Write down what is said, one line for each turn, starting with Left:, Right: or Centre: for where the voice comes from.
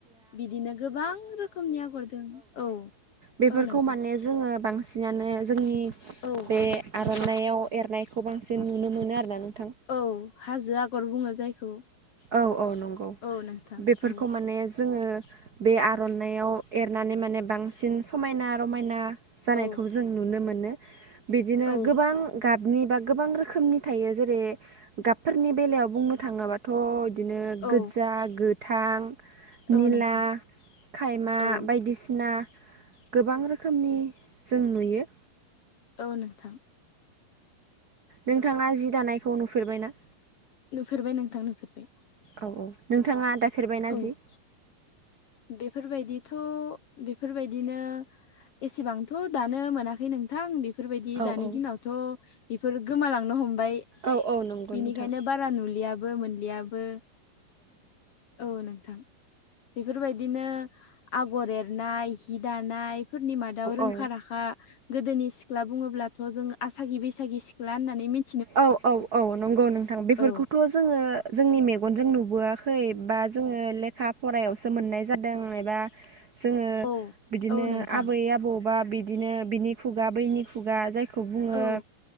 Left: बिदिनो गोबां रोखोमनि आगर दों औ।
Right: बेफोरखौ
Left: औ नोंथां
Right: माने जोङो बांसिन जिनानो जोंनि
Left: औ
Right: बे आर'नायाव एरनायखौ बांसिन नुनो मोनो आरोना नों
Left: औ हाजो आगर बुङो जायखौ
Right: औ औ नंगौ
Left: औ नोंथां
Right: बेफोरखौ
Left: औ
Right: माने जोङो बे आर'नायाव एरनानै माने बांसिन समायना रमायना जानायखौ
Left: औ
Right: जों नुनो मोनो। बिदिनो
Left: औ
Right: गोबां गाब गाबनि बा गोबां रोखोमनि थायो। जेरै- गाबफोरनि बेलायाव बुंनो थाङोबाथ' बिदिनो
Left: औ
Right: गोदजा गोथां निला
Left: औ नोंथां
Right: खायमा
Left: औ
Right: बायदिसिना गोबां रोखोमनि जों नुयो।
Left: औ नोंथां।
Right: नोंथाङा जि दानायखौ नुफेरबाय ना?
Left: नुफेरबाय नोंथां नुफेरबाय।
Right: औ औ नोंथाङा दाफेरबायना
Left: औ
Right: जि?
Left: बेफोरबायदिथ' बेफोरबायदिनो एसेबांथ' दानो मोनाखै नोंथां बे बेफोरबायदि
Right: औ
Left: दानि
Right: औ
Left: दिनावथ' बेफोर गोमालांनो हम बाय
Right: औ औ नंगौ
Left: बिनिखायनो
Right: नोंथां।
Left: बारा नुलियाबो मोनलियाबो। औ नोंथां। बेफोरबायदिनो आगर एरनाय हि दानाय फोरनि मादाव रोंखा
Right: औ
Left: राखा गोदोनि सि सिख्ला बुङोब्लाथ' जों आसागि बैसागि सिख्ला होननानै मिन
Right: औ औ औ नंगौ नोंथां। बेफोरखौथ'
Left: औ
Right: जोङो जोंनि मेगनजों नु बोआखै बा जोङो लेखा फरायावसो मोननाय जादों एबा जोङो
Left: औ
Right: बिदिनो
Left: औ नोंथां
Right: आबै आबौबा बिदिनो बिनि खुगा बैनि खुगा जाय खौ बुङो
Left: औ